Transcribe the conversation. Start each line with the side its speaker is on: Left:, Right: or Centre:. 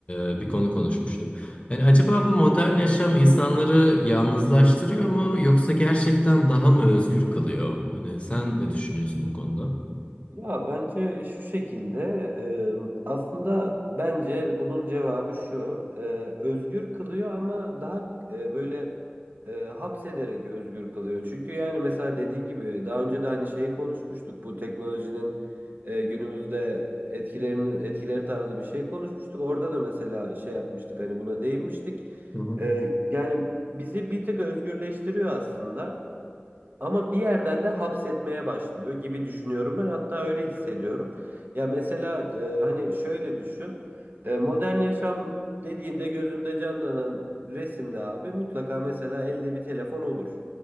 Left: e, bir konu konuşmuştuk. Yani acaba bu modern yaşam insanları yalnızlaştırıyor mu yoksa gerçekten daha mı özgür kılıyor? Hani sen ne düşünüyorsun bu konuda?
Right: Ya bence şu şekilde e, aslında bence bunun cevabı şu e, özgür kılıyor ama daha e, böyle e, hapsederek özgür kılıyor. Çünkü yani mesela dediğin gibi daha önce de hani şeyi konuşmuştuk bu teknolojinin e, günümüzde etkilerini etkileri tarzı bir şey konuşmuştuk. Orada da mesela şey yapmıştık hani buna değinmiştik.
Left: Hı hı.
Right: E, yani bizi bir tık özgürleştiriyor aslında. Ama bir yerden de hapsetmeye başlıyor gibi düşünüyorum ben. Hatta öyle hissediyorum. Ya mesela e, hani şöyle düşün. E, modern yaşam dediğinde gözünde canlanan resimde abi mutlaka mesela elde bir telefon olur.